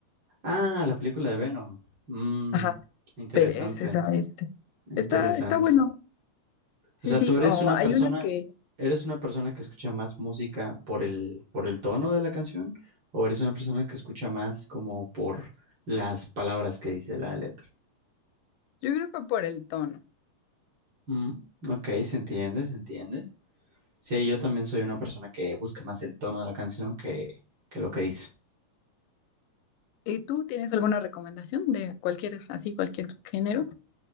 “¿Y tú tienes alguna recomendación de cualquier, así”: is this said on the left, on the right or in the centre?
Left